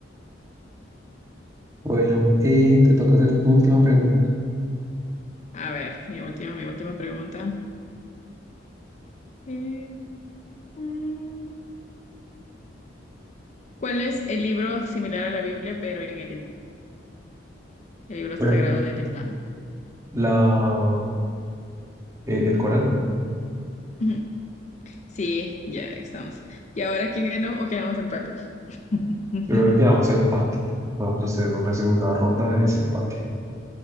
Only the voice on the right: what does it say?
Bueno, eh, te toca hacer tu última pregunta.
Bueno,
la, eh, el Corán,
yo creo que quedamos en empate. Vamos a hacer una segunda ronda de desempate.